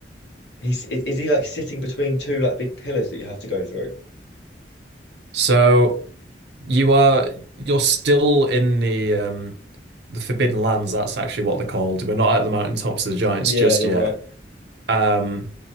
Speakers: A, on the left; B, on the right.
A: he's is, is he like sitting between two like big pillars that you have to go through?
B: So you are you're still in the um the Forbidden Lands, that's actually what they're called. We're not at the mountaintops of the giants
A: Yeah,
B: just
A: you're
B: yet.
A: right.
B: Um